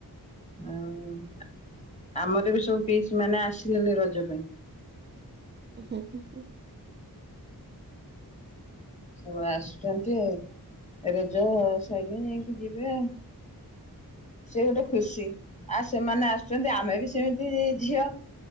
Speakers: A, on the left; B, on the right.
A: ଆଉ ଆମର ବି ସବୁ ପିଇସିମାନେ ଆସିଲେଣି ରଜ ପାଇଁ।
B: ଉଁ ହୁଁ ହୁଁ ହୁଁ।
A: ସବୁ ଆସୁଚନ୍ତି ଆଉ ଏ ରଜ ସଇନେ ଯାଇଁକି ଯିବେ ଆ। ସେ ଗୋଟେ ଖୁସି ଆଉ ସେମାନେ ଆସୁଚନ୍ତି ଆମେ ବି ସେମିତି ରେ ଝିଅ